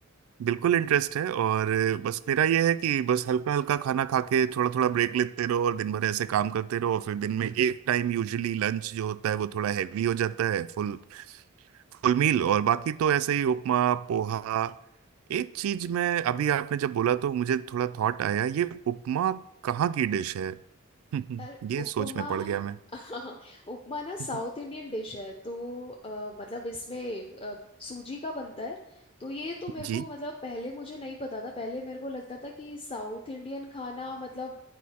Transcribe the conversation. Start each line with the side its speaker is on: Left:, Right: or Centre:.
Right: बिल्कुल इंटरेस्ट है और बस मेरा यह है कि बस हल्का हल्का खाना खा के थोड़ा थोड़ा ब्रेक लेते रहो और दिन भर ऐसे काम करते रहो और फिर दिन में एक टाइम यूजुअली लंच जो होता है वो थोड़ा हैवी हो जाता है फुल फुल मील और बाकी तो ऐसे ही उपमा पोहा एक चीज मैं अभी आपने जब बोला तो मुझे थोड़ा थॉट आया ये उपमा कहाँ की डिश है <laughs>
Left: यार
Right: ये
Left: उपमा
Right: सोच में पड़ गया
Left: <laughs> उपमा ना साउथ
Right: हम्म,
Left: इंडियन डिश है तो अ, मतलब इसमें अ, सूजी का बनता है तो ये तो मेरे
Right: जी
Left: को मतलब पहले मुझे नहीं पता था पहले मेरे को लगता था कि साउथ इंडियन खाना मतलब